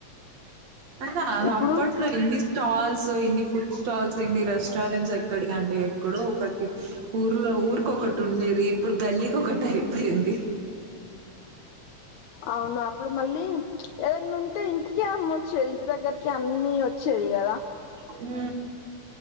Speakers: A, on the right; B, on the left.
A: అయినాదా
B: ఇప్పుడు
A: అప్పట్లో ఎన్ని స్టాల్స్ ఇన్ని ఫుడ్ స్టాల్స్ ఇన్ని రెస్టారెంట్స్ ఎక్కడివండి ఎక్కడో ఒకటి ఊర్లో ఊరికొకటి ఉండేది ఇప్పుడు గల్లీకోకటి అయిపోయింది
B: అవును అప్పుడు మళ్ళీ ఏదైనా ఉంటే ఇంటికి అమ్మొచ్చేది ఇంటి దగ్గరికి అన్ని వచ్చేది కదా
A: ఉమ్